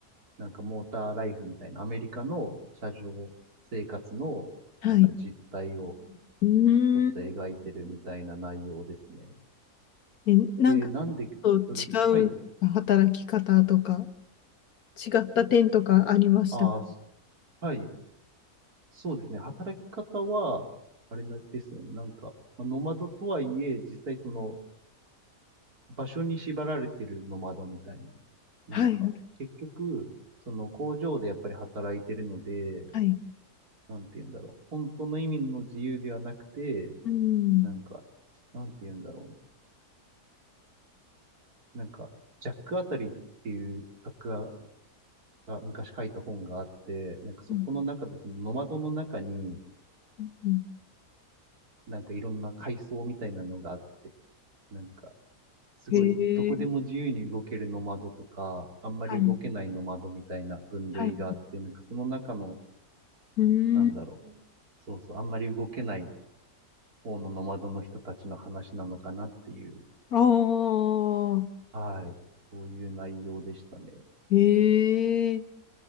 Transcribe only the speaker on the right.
なんかモーターライフみたいなアメリカの車上生活のなんか実態を
ちょっと描いてるみたいな内容ですね。
で、なんで、
それ、はい、
ああ、はい、そうですね。働き方は、あれなですよね。なんか、まあ、ノマドとはいえ、実際その、場所に縛られてるノマドみたいな。なんか、
結局、その工場でやっぱり働いてるので、
なんて言うんだろう。本当の意味の自由ではなくて、
なんか、なんて言うんだろうね。なんか、ジャックあたりっていう作家が昔書いた本があって、なんかそこの中でそのノマドの中に、
なんかいろんな階層みたいなのがあって、なんか、すごい、
どこでも自由に動けるノマドとか、
あんまり動けないノマドみたいな分類があって、
なんかその中の、
なんだろう。そうそう、あんまり動けない方のノマドの人たちの話なのかなっていう、
はい、そういう内容でしたね。